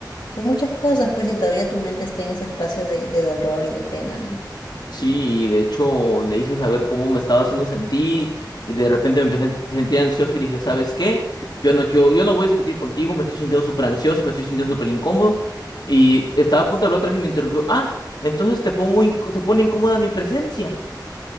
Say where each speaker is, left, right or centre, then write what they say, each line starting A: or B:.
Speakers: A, on the left; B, on the left.
A: por muchas cosas, pues si todavía tu mente está en ese espacio de, de dolor y de pena, ¿no?
B: Sí, y de hecho le hice saber cómo me estaba haciendo sentir y de repente me empecé a sentir ansioso y dije, ¿sabes qué? Yo no quiero, yo no voy a discutir contigo, me estoy sintiendo súper ansioso, me estoy sintiendo súper incómodo y estaba a punto de hablar otra vez y me interrumpió, ah, entonces te pongo, inc- te pone incómoda mi presencia.